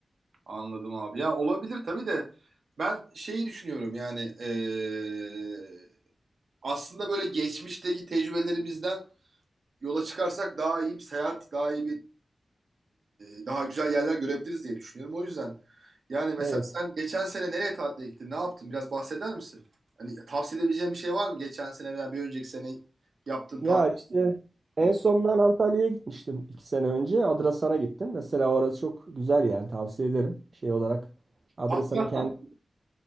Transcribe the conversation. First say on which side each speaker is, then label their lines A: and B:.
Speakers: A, on the right (about 75°); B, on the right (about 55°).
A: Anladım abi. Ya olabilir tabii de ben şeyi düşünüyorum yani ee, aslında böyle geçmişteki tecrübelerimizden yola çıkarsak daha iyi bir seyahat, daha iyi bir e, daha güzel yerler görebiliriz diye düşünüyorum. O yüzden yani mesela
B: Evet.
A: sen geçen sene nereye tatile gittin? Ne yaptın? Biraz bahseder misin? Hani tavsiye edebileceğim bir şey var mı? Geçen sene veya bir önceki sene yaptığın
B: Ya
A: tatillerden.
B: işte en son ben Antalya'ya gitmiştim iki sene önce. Adrasan'a gittim. Mesela orası çok güzel yani tavsiye ederim. Şey olarak Adrasan'ın
A: Afganistan.
B: kendi